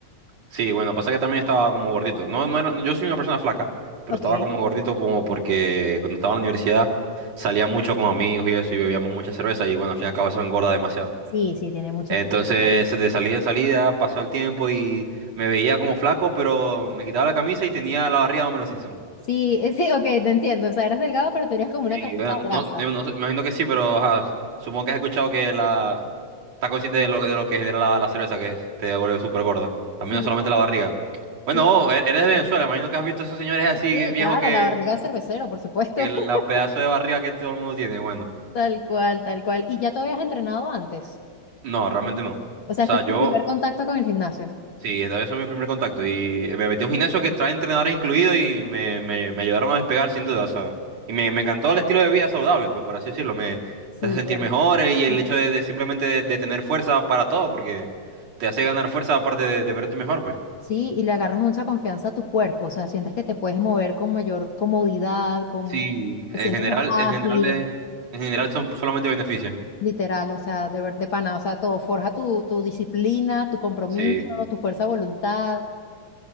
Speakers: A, on the right (about 60°); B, on the left (about 55°).
A: sí, bueno, pasa que también estaba como gordito. No, no era- yo soy una persona flaca, pero
B: Ok.
A: estaba como gordito como porque cuando estaba en la universidad salía mucho con amigos y eso y bebíamos mucha cerveza y bueno, al fin y al cabo eso engorda demasiado.
B: Sí, sí, tiene muchas
A: Entonces,
B: cosas.
A: de salida en salida, pasó el tiempo y me veía como flaco, pero me quitaba la camisa y tenía la barriga de Homero Simpson.
B: Sí, <laughs> eh, sí, ok, te entiendo. O sea, eras delgado, pero tenías como una
A: Y
B: capita
A: bueno,
B: de grasa.
A: no, eh, no sé, me imagino que sí, pero ajá, supongo que has escuchado que la... Estás consciente de lo, de lo que genera la, la cerveza, que te vuelve súper gorda. A
B: Sí,
A: mí no solamente la barriga. Bueno,
B: sí,
A: e- eres de Venezuela, imagino que has visto esos señores así
B: sí,
A: viejos
B: claro,
A: que,
B: la barriga de cervecero, por supuesto.
A: que la
B: <laughs>
A: pedazo de barriga que todo el mundo tiene. Bueno,
B: Tal cual, tal cual. ¿Y ya tú habías entrenado antes?
A: no, realmente no. O
B: O sea,
A: sea,
B: este es
A: yo...
B: tu primer contacto con el gimnasio.
A: Sí, esta vez fue mi primer contacto y me metí a un gimnasio que trae entrenadores incluidos y me, me, me ayudaron a despegar sin duda, o sea, y me, me encantó el estilo de vida saludable, pues por así decirlo, me
B: Sí,
A: te hace sentir
B: claro.
A: mejor eh, y el
B: Ujú.
A: hecho de, de simplemente de, de tener fuerza para todo, porque te hace ganar fuerza aparte de, de verte mejor, pues.
B: Sí, y le agarras mucha confianza a tu cuerpo, o sea, sientes que te puedes mover con mayor comodidad, con...
A: Sí, en
B: te sientes
A: general,
B: más
A: en
B: ágil,
A: general, es- en
B: Sí.
A: general son solamente beneficios.
B: literal, o sea, de, ver- de pana, o sea, todo forja tu, tu disciplina, tu compromiso,
A: Sí.
B: tu fuerza de voluntad,